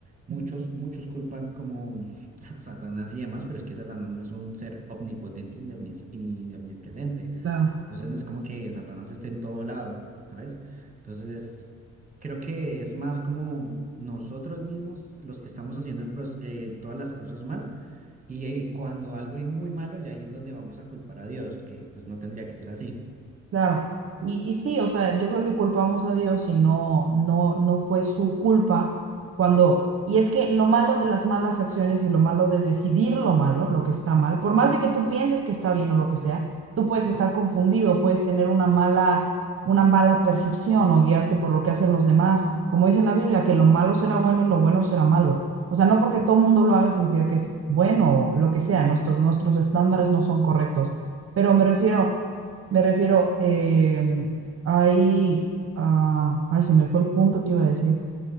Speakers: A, on the right (about 25°); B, on the right (about 50°).
A: Muchos,
B: Sí,
A: muchos culpan como <laughs> a Satanás y demás, pero es que Satanás no es un ser omnipotente ni omnis- ni- ni omnipresente.
B: Claro.
A: Entonces no es como que Satanás esté en todo lado, ¿sabes? Entonces creo que es más como nosotros mismos los que estamos haciendo el pros- el- todas las cosas mal y, eh, cuando algo hay muy malo ya ahí es donde vamos a culpar a Dios, que pues no tendría que ser así.
B: Claro. Y, y sí, o sea, yo creo que culpamos a Dios y no, no, no fue su culpa cuando... Y es que lo malo de las malas acciones y lo malo de decidir lo malo, lo que está mal, por más de que tú pienses que está bien o lo que sea, tú puedes estar confundido, puedes tener una mala, una mala percepción o guiarte por lo que hacen los demás. Como dice la Biblia, que lo malo será bueno y lo bueno será malo. O sea, no porque todo mundo lo haga significa que es bueno o lo que sea, nuestros, nuestros estándares no son correctos. Pero me refiero... Me refiero, eh, ahí, ah, ay, se me fue el punto que iba a decir.